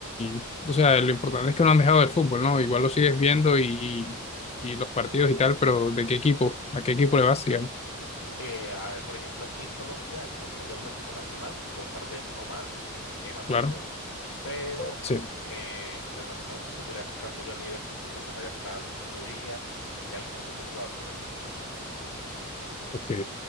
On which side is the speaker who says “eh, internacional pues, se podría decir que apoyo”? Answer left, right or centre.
Left